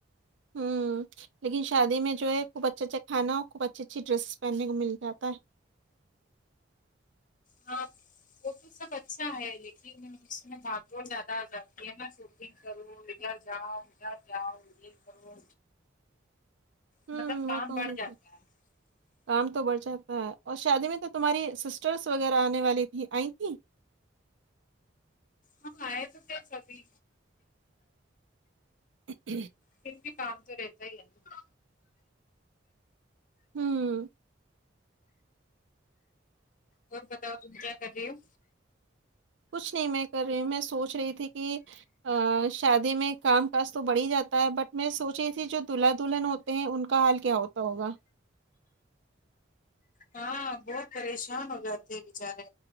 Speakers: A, on the right (about 75°); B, on the left (about 45°).
A: ہوں لیکن شادی میں جو ہے خوب اچھا اچھا کھانا خوب اچھی اچھی ڈریس پہننے کو مل جاتا ہے
B: ہاں وہ یہ سب اچھا ہے لیکن اس میں بھاگ دوڑ زیادہ ہو جاتی ہے نا شوٹنگ کروں ادھر جاؤں ادھر جاؤ یہ کرو
A: ہوں
B: مطلب کام
A: ہوتا
B: بڑھ
A: ہی رہتا
B: جاتا
A: ہے
B: <inaudible>
A: کام تو بڑھ جاتا ہے اور شادی میں تو تمہاری سسٹرس وغیرہ آنے والی تھیں آئی تھیں
B: ہم آے تو تھےسبھی
A: <unintelligible>
B: پھر بھی کام تو رہتا ہی ہے نا
A: ہمم
B: اور بتاؤ تم کیا کر رہی ہو
A: کچھ نہیں میں کر رہی ہو میں سوچ رہی تھی کہ ہاں شادی میں کام کاج تو بڑھ ہی جاتا ہے بٹ میں سوچ رہی تھی جو دلہا دلہن ہوتے ہیں ان کا حال کیا ہوتا ہوگا
B: ہاں بہت پریشان ہو جاتے ہیں بچارے